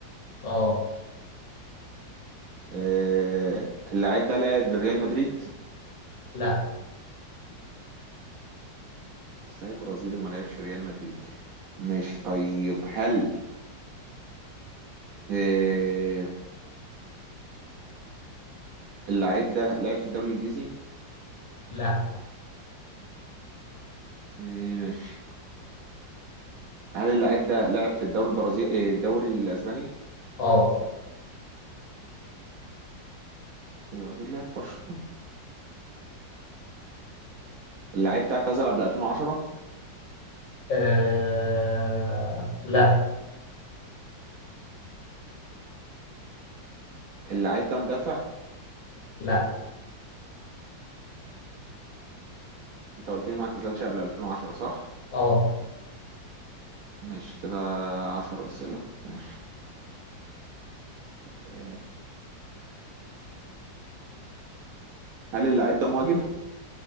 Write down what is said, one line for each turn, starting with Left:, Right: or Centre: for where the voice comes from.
Left: اه
Right: آه، اللعيب ده لعب لريال مدريد؟
Left: لا
Right: ازاي برازيلي وما لعبش ريال مدريد؟ ماشي طيب هل آه، اللعيب ده لعب في الدوري الإنجليزي؟
Left: لا
Right: آه، ماشي هل اللعيب ده لعب في الدوري البرازيلي آه، الدوري الأسباني؟
Left: اه
Right: يبقى أكيد لعب برشلونة اللعيب ده اعتزل قبل 2010
Left: آه، لا
Right: اللعيب ده مدافع
Left: لا
Right: انت قلت لي ما اعتزلش قبل 2010 صح؟
Left: اه
Right: ماشي كده عشر أسئلة ماشي آه، هل اللاعب ده مهاجم؟